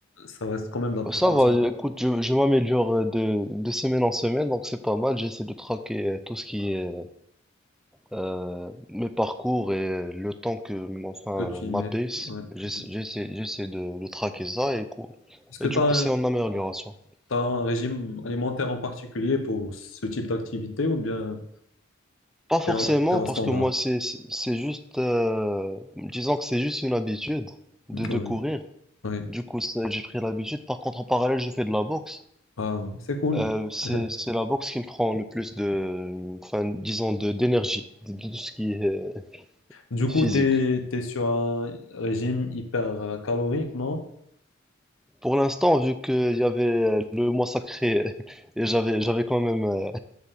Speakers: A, on the left; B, in the centre.
A: Ça reste quand même de la préparation
B: euh. Ça va, écoute, je, je m'améliore euh, de, de semaine en semaine, donc c'est pas mal. J'essaie de traquer euh, tout ce qui est euh, mes parcours et le temps que, m- enfin,
A: que tu
B: ma
A: y mets.
B: pace,
A: Ouais.
B: j'essa-
A: ouais.
B: j'essaie j'essaie de, de traquer ça et, cou-
A: Est-ce que
B: et
A: tu
B: du
A: as,
B: coup,
A: un
B: c'est en amélioration.
A: t'as un régime alimentaire en particulier pour ce type d'activité ou bien
B: Pas forcément,
A: tu es en, t'es en
B: parce
A: standard?
B: que moi, c'est c'est- c'est juste, euh, disons que c'est juste une habitude de,
A: Oui.
B: de courir.
A: Oui.
B: Du coup, ça, j'ai pris l'habitude. Par contre, en parallèle, je fais de la boxe.
A: Ah, c'est cool.
B: Euh, c'est
A: <laughs>
B: c'est la boxe qui me prend le plus de, enfin, disons, de d'énergie, de, de tout ce qui est euh,
A: Du coup,
B: physique.
A: t'es, t'es sur un régime hyper euh, calorique, non?
B: Pour l'instant, vu qu'il y avait euh, le mois sacré <laughs> et j'avais j'avais quand même euh,